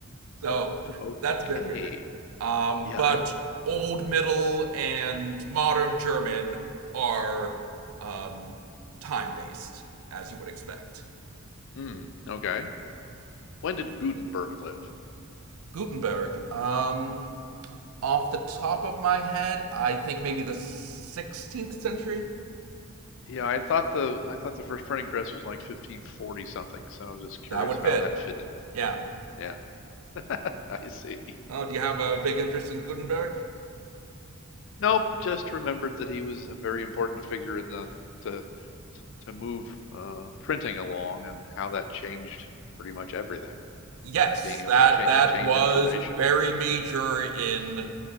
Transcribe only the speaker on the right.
So
that's been weird. Um,
but
Old Middle and Modern German are um, time based, as you would expect.
Gutenberg, um, off the top of my head, I think maybe the 16th century?
That would fit.
Yeah.
Oh, do you have a big interest in Gutenberg?
Yes,
that
that
was
very major in